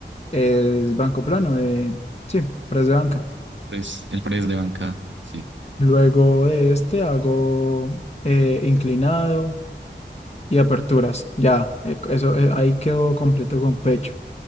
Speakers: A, on the left; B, on the right.
A: es banco plano, eh, sí, press de banca.
B: Pues, el Press de banca. Sí.
A: Luego de este hago eh, inclinado y aperturas, ya, eh, eso eh, ahí quedo completo con pecho.